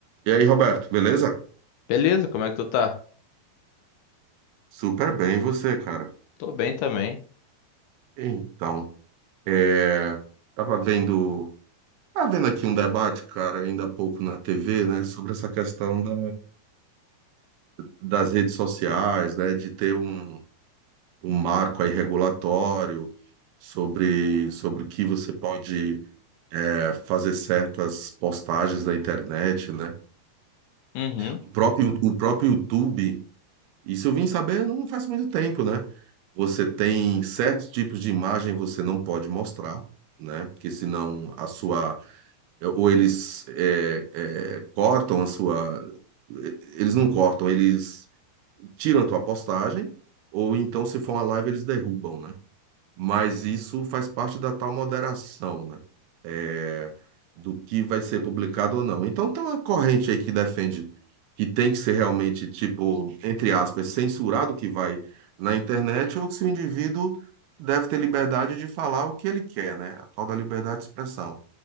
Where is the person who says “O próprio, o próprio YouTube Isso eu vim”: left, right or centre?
Right